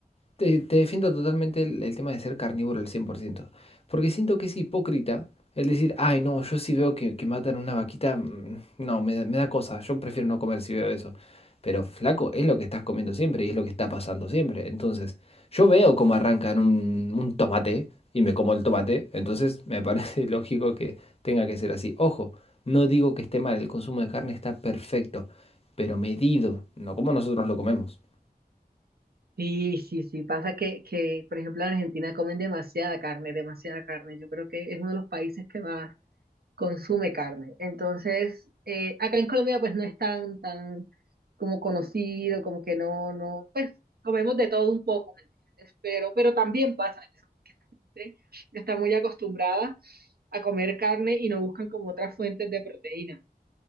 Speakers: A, on the left (about 40°); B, on the right (about 75°).
A: Te, te defiendo totalmente el, el tema de ser carnívoro al cien por ciento porque siento que es hipócrita el decir, ay, no, yo si veo que, que matan una vaquita, mm, no, me, da- me da cosa, yo prefiero no comer si veo eso. Pero flaco, es lo que estás comiendo siempre y es lo que está pasando siempre. Entonces, yo veo cómo arrancan un, un tomate y me como el tomate, entonces me parece <laughs> lógico que tenga que ser así. Ojo, no digo que esté mal, el consumo de carne está perfecto, pero medido, no como nosotros lo comemos.
B: Sí, sí, sí, pasa que, que, por ejemplo, en Argentina comen demasiada carne, demasiada carne. Yo creo que es uno de los países que más consume carne. Entonces, eh, acá en Colombia pues no es tan, tan como conocido, como que no, no, pues comemos de todo un poco, ¿me entiendes? Pero, pero también pasa eso, que la gente está muy acostumbrada a comer carne y no buscan como otras fuentes de proteína.